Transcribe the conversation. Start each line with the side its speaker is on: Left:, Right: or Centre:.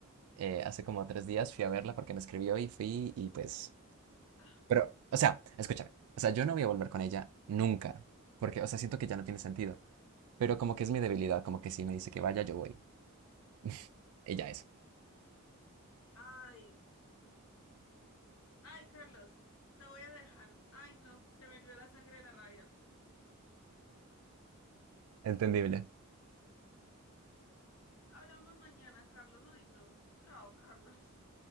Right: eh, hace como tres días fui a verla porque me escribió y fui y pues...
Left: Ah,
Right: Pero, o sea, escúchame, o sea, yo no voy a volver con ella nunca, porque, o sea, siento que ya no tiene sentido. pero como que es mi debilidad, como que si me dice que vaya, yo voy. <laughs> Ella es.
Left: Ay, ay, Carlos, te voy a dejar. Ay, no, se me hirvió la sangre de la rabia.
Right: Entendible.
Left: Hablamos mañana, Carlos. Ay, no. Chao, Carlos.